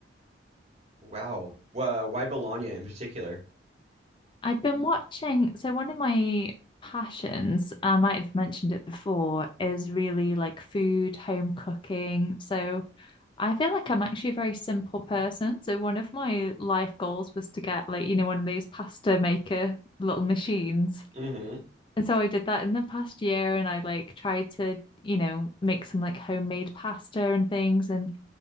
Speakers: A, on the right; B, on the left.
A: Wow. Wha- why Bologna in particular?
B: I'd been watching, so one of my passions, I might have mentioned it before, is really like food, home cooking. So I feel like I'm actually a very simple person. So one of my life goals was to get like, you know, one of those pasta maker little machines.
A: hmm
B: And so I did that in the past year and I like tried to, you know, make some like homemade pasta and things. And